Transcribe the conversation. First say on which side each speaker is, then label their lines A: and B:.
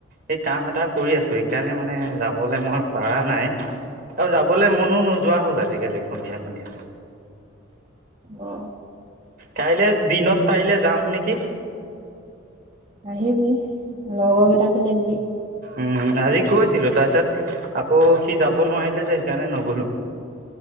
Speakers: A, on the right; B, on the right.
A: এই কাম এটা কৰি আছো সেইকাৰণে মানে যাবলৈ মই পৰা নাই আৰু যাবলৈ মনো নোযোৱা হ'ল আজি কালি সন্ধিয়া সন্ধিয়া
B: অ
A: কাইলৈ দিনত পাৰিলে যাম নেকি
B: আহিবি লগৰ কেইটাকো লৈ আহিবি
A: উম আজি কৈছিলো তাৰ পিছত আকৌ সি যাব নোৱাৰিলে যে সেইকাৰণে নগলো